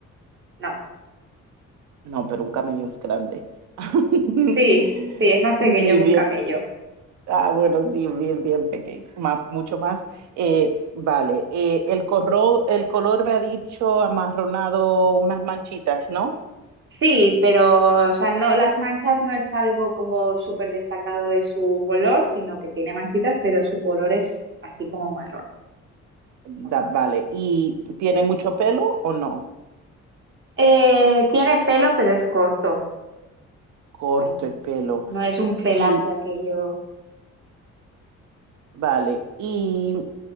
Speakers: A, on the right (about 40°); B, on the right (about 70°).
A: No.
B: No, pero un camello es grande. <laughs>
A: Sí, sí, es más pequeño
B: Sí,
A: que
B: bien.
A: un camello.
B: Ah, bueno, sí, bien, bien pequeño, más, mucho más. Eh, vale, eh, el corro- el color me ha dicho amarronado unas manchitas, ¿no?
A: Sí, pero o sea, no, las manchas no es algo como súper destacado de su color, sino que tiene manchitas, pero su color es así como marrón,
B: Da-
A: más o menos.
B: vale, ¿y tiene mucho pelo o no?
A: Eh, tiene pelo, pero es corto.
B: Corto
A: Tan-
B: el pelo.
A: No es un pelaje
B: Y,
A: aquello.
B: vale, ¿y